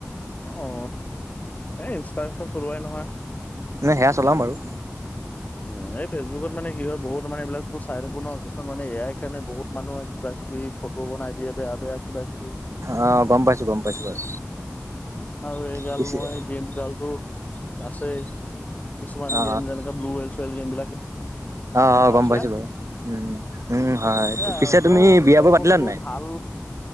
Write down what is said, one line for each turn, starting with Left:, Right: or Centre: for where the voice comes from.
Left: অ এ ইনষ্টা চাব চলোৱাই নহয়
Right: নে সেয়া চলাম বাৰু
Left: উম এই ফেচবুকত মানে কি হয় বহুত মানে এইবিলাক চাই থাকো ন, কিছুমান মানে এ আইৰ কাৰণে বহুত মানুহৰ কিবা কিবি ফটো বনাই খোৱা বোৱা কিবা কিবি
Right: অ গম পাইছো গম পাইছো বাৰু
Left: আৰু এই গাল
Right: পিছে
Left: মই
Right: অ
Left: গেম গালটো আছেই কিছুমান
Right: অ অ
Left: গেম যেনেকে ব্লুৱেলফেল গেমবিলাক
Right: অ
Left: তেনেকুৱা
Right: অ গম
Left: আছে,
Right: পাইছো বাৰু উম উম হয়
Left: এয়াই
Right: পিছে
Left: আৰু, চব-চব
Right: তুমি বিয়াবোৰ পাতিলা
Left: বস্তু
Right: নাই
Left: ভাল